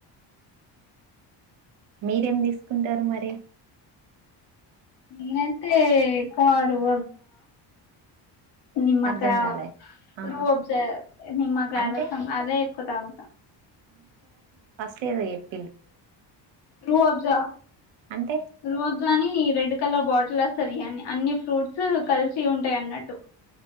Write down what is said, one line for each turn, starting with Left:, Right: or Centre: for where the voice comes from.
Right: మీరేం తీసుకుంటారు మరి?
Left: నేన్ ఐతే <unintelligible> నిమకా
Right: అర్ధం కాలే ఆ
Left: రూ వబ్జ నిమకాయ్
Right: అంటే
Left: రసం అదే కు తాగుతా
Right: తే గ
Left: రూ అఫజా
Right: అంటే
Left: రూ అఫ్జాని రెడ్ కల బాటిల్ వస్తుంది అని అన్ని ఫ్రూట్స్ కలిసి ఉంటాయి అన్నట్టు